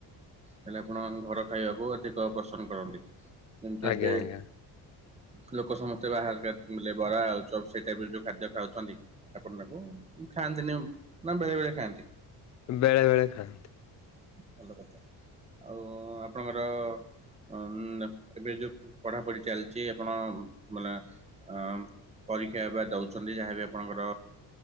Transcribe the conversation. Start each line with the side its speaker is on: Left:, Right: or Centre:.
Right: ତାେଲେ ଆପଣ ଘର ଖାଇବାକୁ ଅଧିକ ପସନ୍ଦ କରନ୍ତି, ଯେମିତି
Left: ଆଜ୍ଞା
Right: ଏବେ
Left: ଆଜ୍ଞା
Right: <inaudible> ଲୋକ ସମସ୍ତେ ବାହାର ବରା, ଆଉ ସେଇ ଟାଇପ ଯୋଉ ଖାଦ୍ୟ ଖାଉଛନ୍ତି, ଆପଣ ତାକୁ ଖା ଖ ନା ବେଳେ ବେଳେ ଖାଆନ୍ତି?
Left: ବେଳେ ବେଳେ ଖାଆନ୍ତି!
Right: ଭଲ କଥା ଆଉ ଆପଣଙ୍କର ହ ଏବେ ଯୋଉ ପଢାପଢି ଚାଲିଛି ଆପଣ ମାନେ ଅ ପରୀକ୍ଷାବା ଦେଉଛନ୍ତି ଯାହାବି ଆପଣଙ୍କର